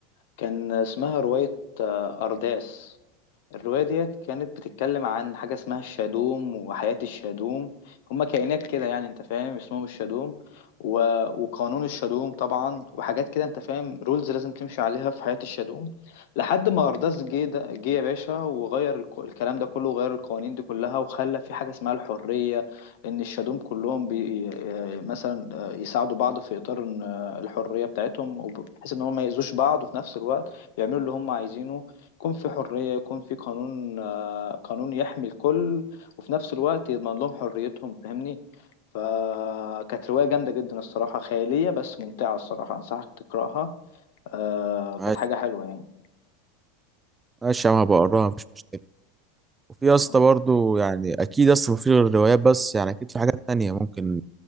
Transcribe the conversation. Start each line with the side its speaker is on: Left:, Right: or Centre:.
Left: كان اسمها رواية آه، أرداس الرواية ديت كانت بتتكلم عن حاجة اسمها الشادوم وحياة الشادوم هما كائنات كده يعني انت فاهم اسمهم الشادوم و... وقانون الشادوم طبعا وحاجات كده انت فاهم رولز لازم تمشي عليها في حياة الشادوم لحد ما أرداس جه ده- جه يا باشا وغير الك... الكلام ده كله وغير القوانين دي كلها وخلى في حاجة اسمها الحرية إن الشادوم كلهم بي... مثلا يساعدوا بعض في إطار إن الحرية بتاعتهم وب- بحيث إن هم ما يأذوش بعض وفي نفس الوقت يعملوا اللي هم عايزينه يكون في حرية يكون في قانون آه، قانون يحمي الكل وفي نفس الوقت يضمن لهم حريتهم فاهمني فكانت رواية جامدة جدا الصراحة خيالية بس ممتعة الصراحة أنصحك تقرأها آه،
Right: ماشي
Left: كانت حاجة حلوة يعني
Right: ماشي يا عم هبقى أقراها مفيش مشكلة وفي يا اسطى
Left: خ-
Right: برضه يعني أكيد يا اسطى مفيش غير الروايات بس يعني أكيد في حاجات تانية ممكن